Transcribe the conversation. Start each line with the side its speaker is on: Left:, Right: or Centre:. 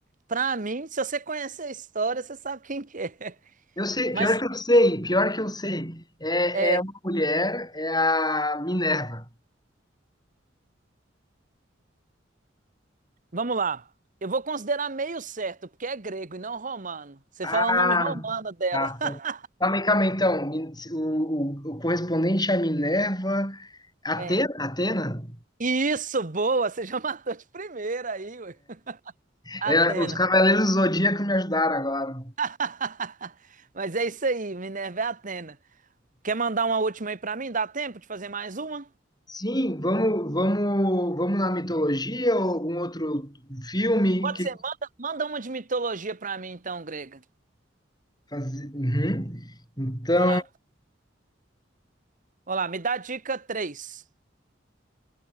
Right: pra mim, se você conhecer a história, você sabe quem que é. <laughs>
Left: Eu sei, pior
Right: Mas,
Left: que eu sei, pior que eu sei. É,
Right: é,
Left: é uma mulher, é a Minerva.
Right: vamos lá. Eu vou considerar meio certo, porque é grego e não romano. Você
Left: Ah,
Right: fala o nome romano dela.
Left: tá.
Right: <laughs>
Left: Calma aí, calma aí, então. Min- O, o- o correspondente é a Minerva. Atena?
Right: É.
Left: Atena?
Right: Isso, boa, você já <laughs> matou de primeira aí, ué. Atena.
Left: É, é, os Cavaleiros do Zodíaco me ajudaram agora.
Right: <laughs> Mas é isso aí, Minerva é Atena. Quer mandar uma última aí pra mim? Dá tempo de fazer mais uma?
Left: Sim, vamos, vamos, vamos na mitologia ou algum outro filme?
Right: Pode
Left: que
Right: ser, manda, manda uma de mitologia pra mim então, grega.
Left: Fazer- uhum. Então,
Right: Vamos lá. Vamos lá, me dá a dica três.